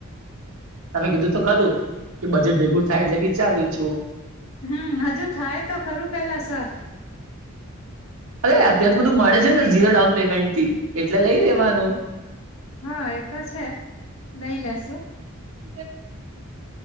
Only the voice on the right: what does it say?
તમે કીધું તો ખરું કે બજેટ ભેગું થાય એટલે વિચાર્યું છું.
અરે અત્યાર તો બધું મળે છે ને ઝીરો ડાઉન પેમેન્ટથી એટલે લઈ લેવાનું
<inaudible>